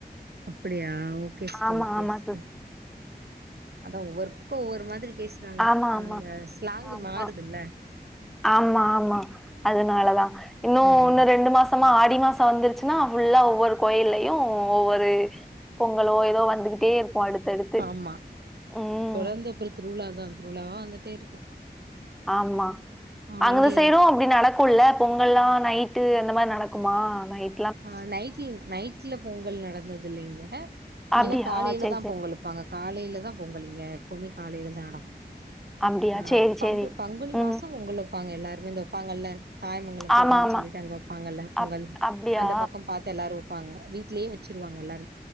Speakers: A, on the right; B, in the centre.
A: அப்டியா ஓகே சிஸ்டர்
B: ஆமா
A: ஓகே
B: ஆமா
A: சிஸ்டர் அதா ஒவ்வொரு க்கோ ஒவ்வரு மாதிரி பேசுறாங்க
B: ஆமா ஆமா
A: அந்த ஸ்லாங்கு
B: ஆமா
A: மாறுதுல்ல
B: ஆமா ஆமா அதனாலதா இன்னும்
A: ம்
B: இன்னு ரெண்டு மாசமா ஆட் தி மாச வந்துருச்சுனா ஃபுல்லா ஒவ்வொரு கோயில்யு ஒவ்வொரு பொங்கலோ எதோ வந்து து கிட்டே இருப்போ அடுத்தடுத்து
A: ஆமா
B: ம்
A: தொடர்ந்து அப்புறோ திருவிழா திருவிழாவா வந்துட்டே இருக்கு
B: ஆமா
A: ஆமா
B: அங்த
A: இங்க
B: சைடு அப்டி நடக்குல்ல பொங்கல்ல்லா நைட்டு அந்த மாரி நடக்குமா நைட்
A: அ நைக்கிங் நை ல பொங்கல் நடந்தது இல்லிங்க இங்கெலா
B: அப்டியா
A: காலைலதா
B: சரி சரி.
A: பொங்கல் வப்பாங்க காலைலதா பொங்கல் இங்க போமே காலைல தா நடக்கு
B: அப்டியா
A: ஆ
B: சேரி
A: பங்கு
B: சேரி.
A: பங்குனி
B: ம்.
A: மாசம் உங்குளுக் வெப்பாங்க எல்லாருமே இந்த வெப்பாங்கல்ல தாயமங்கலம் கோவில்னு
B: ஆமா ஆமா.
A: சொல்லிட்டு அங்க வெப்பாங்கல்ல பொங்கல்
B: அப் அப்டியா?
A: அந்த பக்கம் பாத்து எல்லாரும் ப்பாங்க வீட்லயே வச்சிருவாங்க எல்லாரும்